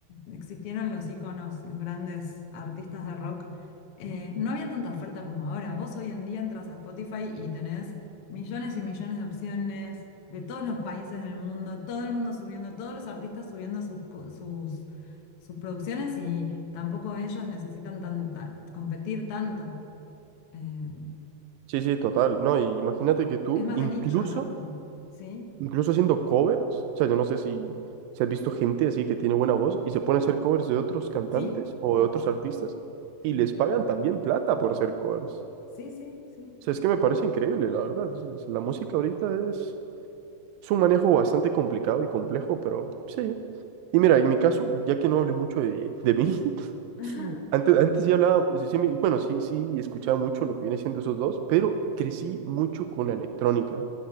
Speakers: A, on the left; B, on the right.
A: existieron los íconos, los grandes artistas de rock, eh, no había tanta oferta como ahora. Vos hoy en día entras a Spotify y tenés millones y millones de opciones de todos los países del mundo, todo el mundo subiendo, todos los artistas subiendo sus, co- sus, sus producciones y tampoco ellos necesitan tan- tan- competir tanto. Eh,
B: Sí, sí, total. No, y imagínate que tú,
A: es más
B: incluso,
A: de nicho, ¿no? Como, ¿sí?
B: incluso haciendo covers, o sea, yo no sé si, si has visto gente así que tiene buena voz y se pone a hacer covers de otros cantantes
A: Sí,
B: o de otros artistas y
A: sí,
B: les pagan también plata por hacer covers.
A: sí, sí, sí.
B: O sea, es que me parece increíble, la verdad. Es- La música ahorita es, es un manejo bastante complicado y complejo, pero sí. Y mira, en mi caso, ya que no hablé mucho de, de mí, <laughs>
A: <laughs> Ajá,
B: antes, antes sí hablaba, sí, sí me- bueno, sí, sí, escuchaba mucho lo que viene siendo esos dos, pero crecí mucho con la electrónica.